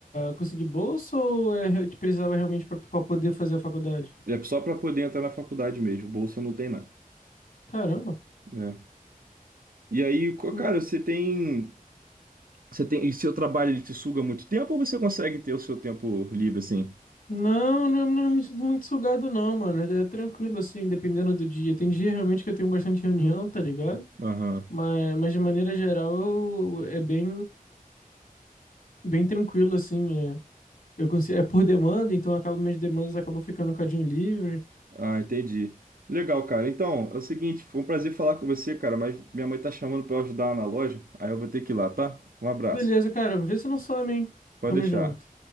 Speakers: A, on the left (about 60°); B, on the right (about 70°).
A: conseguir bolsa ou é, te precisava realmente pra pra poder fazer a faculdade?
B: É só para poder entrar na faculdade mesmo. Bolsa não tem não,
A: Caramba.
B: né? E aí, co-
A: N-
B: cara, você tem, você tem, e seu trabalho ele te suga muito tempo ou você consegue ter o seu tempo livre assim?
A: Não, não, não me sinto muito sugado não, mano. É é tranquilo assim, dependendo do dia. Tem dia realmente que eu tenho bastante reunião, tá ligado?
B: Aham.
A: Mas, mas de maneira geral eu- é bem, bem tranquilo assim. É, eu consigo, é por demanda, então acabo minhas demandas acabam ficando um cadinho livre.
B: Ah, entendi. Legal, cara. Então, é o seguinte, foi um prazer falar com você, cara, mas minha mãe tá chamando pra eu ajudar ela na loja, aí eu vou ter que ir lá, tá? Um abraço.
A: Beleza, cara. Vê se não some, hein?
B: Pode
A: Tamo
B: deixar.
A: junto.